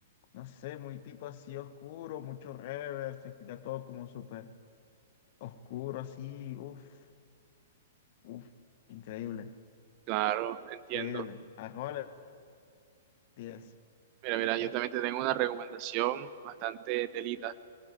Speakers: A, on the left; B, on the right.
A: no sé, muy tipo así oscuro, mucho reverb, se escucha todo como súper oscuro, así, uff, uff, increíble,
B: claro, entiendo.
A: increíble. Arroles, 10
B: Mira,
A: Eh,
B: mira, yo
A: eh,
B: también te tengo una recomendación bastante telita.